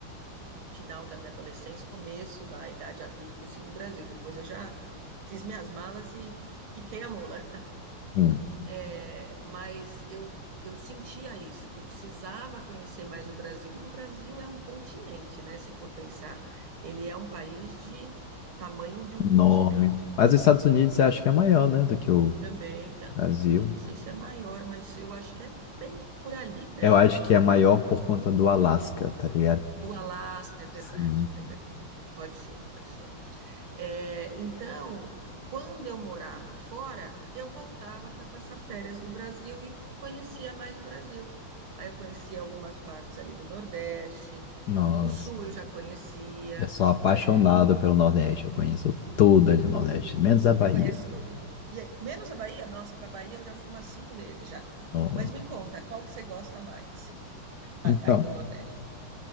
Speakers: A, on the right; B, on the left.
A: final da minha adolescência, começo da idade adulta, assim, no Brasil. Depois eu já fiz minhas malas e piquei a mula.
B: Hum.
A: É, mas eu, eu sentia isso, que eu precisava conhecer mais o Brasil. Mas o Brasil é um continente, né? Se for pensar, ele é um país de tamanho de um
B: Enorme.
A: continente.
B: Mas os Estados Unidos eu acho que é maior, né, do que o
A: Também, tá-
B: Brasil.
A: eu não sei se é maior, mas eu acho que é bem por ali, né?
B: Eu acho que é maior por conta do Alasca, tá ligado?
A: Do Alasca, é verdade,
B: Sim.
A: é verdade. Pode ser, pode ser. É, então, quando eu morava fora, eu voltava para passar férias no Brasil e conhecia mais o Brasil. Aí eu conhecia algumas partes ali do Nordeste,
B: Nossa,
A: o Sul eu já conhecia,
B: eu sou apaixonado
A: é,
B: pelo Nordeste, eu conheço tudo ali no Nordeste, menos a Bahia.
A: você conhece tudo. E aí, menos a Bahia, nossa, para a Bahia eu já fui umas cinco vezes já.
B: Ó.
A: Mas me conta, qual que você gosta mais, assim, lá-
B: Então,
A: aí do Nordeste?